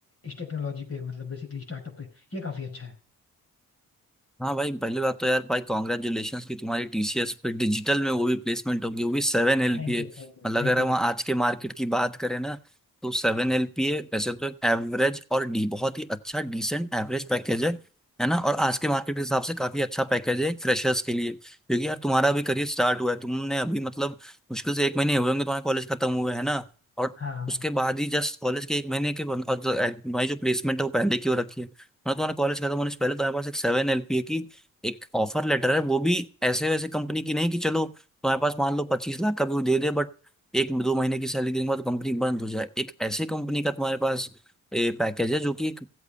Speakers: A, on the left (about 40°); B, in the centre.
A: इस टेक्नोलॉजी पे मतलब बेसिकली स्टार्टअप पे ये काफी अच्छा है
B: हाँ भाई पहली बात तो यार भाई कॉन्ग्रेचुलेशन की तुम्हारी टीसीएस पे डिजिटल में वो भी प्लेसमेंट होगी वो भी सेवन
A: Thank
B: एलपीए
A: you thank you
B: मतलब अगर
A: thank
B: हम
A: you भाई
B: आज के मार्केट की बात करें ना तो सेवन एलपीए वैसे तो एक एवरेज और डी बहुत ही अच्छा डिसेंट एवरेज पैकेज है है ना और आज के मार्केट के हिसाब से काफी अच्छा पैकेज है फ्रेशर्स के लिए क्योंकि यार तुम्हारा अभी करियर स्टार्ट हुआ है तुमने अभी मतलब मुश्किल से एक महीने हुए होंगे तुम्हारे कॉलेज खत्म हुए है ना और
A: हाँ
B: उसके बाद ही जस्ट कॉलेज के एक महीने के बंद- और जो- तुम्हारी जो प्लेसमेंट है वो पहले की हो रखी है मतलब तुम्हारा कॉलेज खत्म होने से पहले तुम्हारे पास एक सेवन एलपीए की एक ऑफर लेटर है वो भी ऐसे वैसे कंपनी की नहीं कि चलो तुम्हारे पास मान लो पच्चीस लाख का भी वो दे दे बट एक दो महीने की सैलरी देने के बाद तो कंपनी बंद हो जाए एक ऐसे कंपनी का तुम्हारे पास पैकेज है जो कि एक